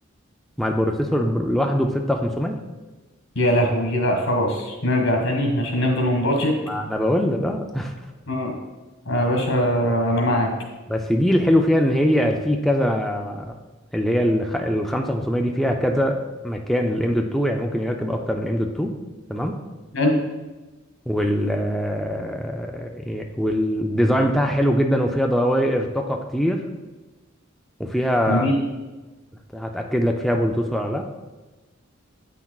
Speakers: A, in the centre; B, on the left.
A: مع البروسيسور بر- لوحده ب 6500
B: يا لهوي لا خلاص نرجع تاني عشان نفضل نبادجت
A: ما انا بقول لك اه <laughs>
B: اه آه، يا باشا انا معاك
A: بس دي الحلو فيها ان هي في كذا اللي هي الخ- ال 5500 دي فيها كذا مكان للام دوت 2 يعني ممكن يركب اكتر من ام دوت 2 تمام
B: حلو
A: وال آه، والديزاين بتاعها حلو جدا وفيها دوائر طاقة كتير وفيها
B: جميل
A: هتأكد لك فيها بلوتوث ولا لا